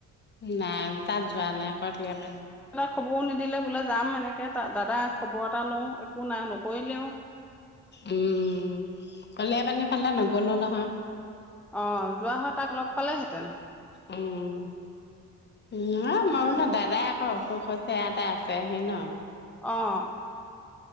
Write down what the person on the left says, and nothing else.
নাই তাত যোৱা নাই কল প
উম কলিয় পানী ফালে নগলো নহয়
উম উ মোৰ ন দাদাই আকৌ অসুখ আ হৈছে ইয়াতে আছে আহি ন